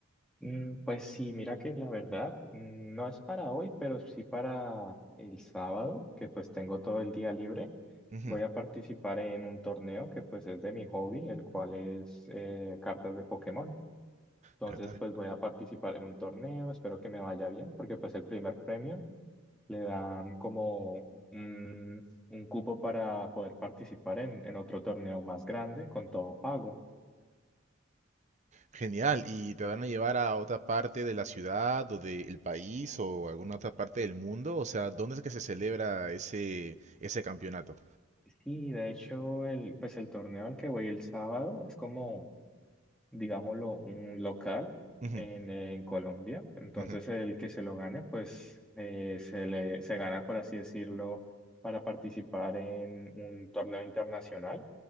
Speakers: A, in the centre; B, on the right.
A: Mm, pues sí, mira que la verdad mm, no es para hoy, pero sí para el sábado, que pues tengo todo el día libre.
B: Ujú,
A: Voy a participar en un torneo que pues es de mi hobby, el cual es eh, cartas de Pokémon. Entonces
B: Carta
A: pues voy a participar en un torneo, espero que me vaya bien, porque pues el primer premio le dan como un, un cupo para poder participar en, en otro torneo más grande con todo pago.
B: Genial, ¿y te van a llevar a otra parte de la ciudad o del país o alguna otra parte del mundo? O sea, ¿dónde es que se celebra ese, ese campeonato?
A: Sí, de hecho, el, pues el torneo al que voy el sábado es como, digámoslo, un local
B: Ujú,
A: en, en Colombia. Entonces
B: ujú,
A: el que se lo gane, pues eh, se le, se gana, por así decirlo, para participar en un torneo internacional,